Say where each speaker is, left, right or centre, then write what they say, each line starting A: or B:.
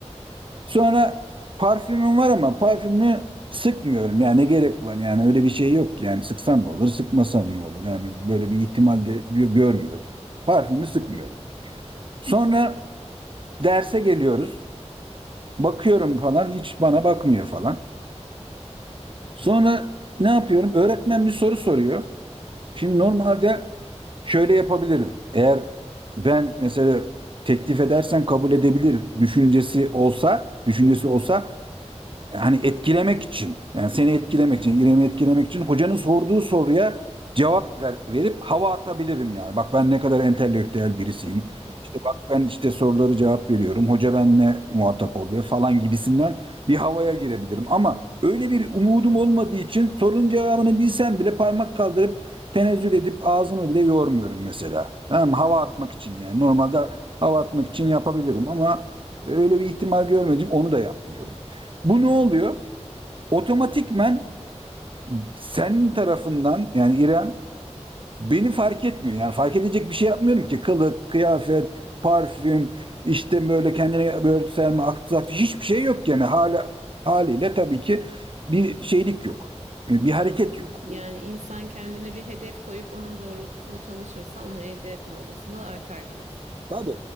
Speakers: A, on the right; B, on the right.
A: Sonra parfümüm var ama parfümü sıkmıyorum. Yani ne gerek var? Yani öyle bir şey yok. Yani sıksam ne olur, sıkmasam ne olur? Yani böyle bir ihtimal de gö- görmüyorum. Parfümü sıkmıyorum. Sonra derse geliyoruz. Bakıyorum falan hiç bana bakmıyor falan. Sonra ne yapıyorum? Öğretmen bir soru soruyor. Şimdi normalde Şöyle yapabilirim. Eğer ben mesela teklif edersem kabul edebilir düşüncesi olsa, düşüncesi olsa hani etkilemek için yani seni etkilemek için İrem'i etkilemek için hocanın sorduğu soruya cevap ver, verip hava atabilirim yani. Bak ben ne kadar entelektüel birisiyim.
B: <laughs>
A: İşte bak ben işte soruları cevap veriyorum. Hoca benimle muhatap oluyor falan gibisinden bir havaya girebilirim. Ama öyle bir umudum olmadığı için sorunun cevabını bilsem bile parmak kaldırıp tenezzül edip ağzımı bile yormuyorum mesela. Tamam mı? Hava atmak için yani. Normalde hava atmak için yapabilirim ama öyle bir ihtimal görmedim. Onu da yapmıyorum. Bu ne oluyor? Otomatikmen senin tarafından yani İrem beni fark etmiyor. Yani fark edecek bir şey yapmıyorum ki. Kılık, kıyafet, parfüm, işte böyle kendine böyle örtüselme, aksak hiçbir şey yok yani. Hala, haliyle tabii ki bir şeylik yok. Bir hareket
B: Anladım.
A: yok.
B: Yani insan kendine bir hedef koyup onun doğrultusunda çalışırsa onu elde etme olasılığı artar diyorsun.
A: Tabii.